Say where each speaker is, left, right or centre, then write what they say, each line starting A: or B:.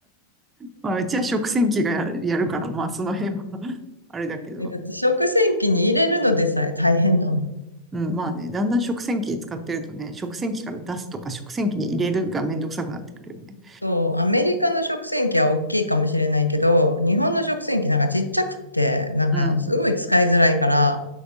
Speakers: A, on the right; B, on the right.
A: まあ、うちは食洗機がややるから、まあ、その辺は <laughs> あれだけど。
B: <laughs> えだって食洗機に入れるのでさえ大変だもん。
A: うん、まあね、だんだん食洗機使ってるとね、食洗機から出すとか食洗機に入れるがめんどくさくなってくるよね。
B: そう、アメリカの食洗機は大きいかもしれないけど、日本の食洗機なんかちっちゃくって、なんかすごい使いづらいから、
A: うん。